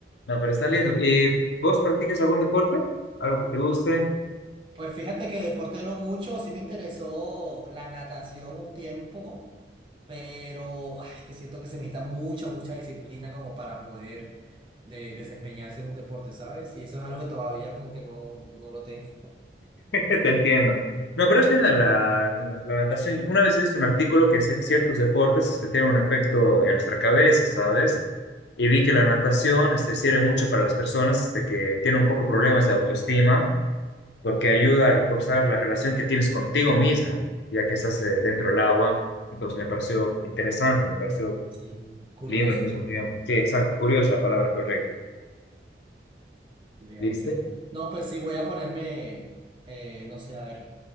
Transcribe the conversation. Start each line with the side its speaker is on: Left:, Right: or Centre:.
Left: No, pero está lindo. ¿Y vos practicas algún deporte? ¿Algo que te guste?
Right: Pues fíjate que deporte no mucho, sí me interesó la natación un tiempo, pero ay, que siento que se necesita mucha, mucha disciplina como para poder de, desempeñarse en un deporte, ¿sabes? Y eso es algo que todavía como que no, no lo tengo.
Left: Que te entiendo. No, pero es linda la, la, la natación. Una vez he visto un artículo que decía que ciertos deportes este, tienen un efecto en nuestra cabeza, ¿sabes? Y vi que la natación este, sirve mucho para las personas este, que tienen un poco problemas de autoestima, porque ayuda a reforzar la relación que tienes contigo mismo, ya que estás eh, dentro del agua. Entonces me pareció interesante, me pareció
Right: Sí, curioso,
Left: lindo al mismo tiempo. Sí, exacto, curiosa la palabra correcta.
Right: vea
Left: ¿Viste?
Right: usted. No, pues sí, voy a ponerme, eh, no sé, a ver,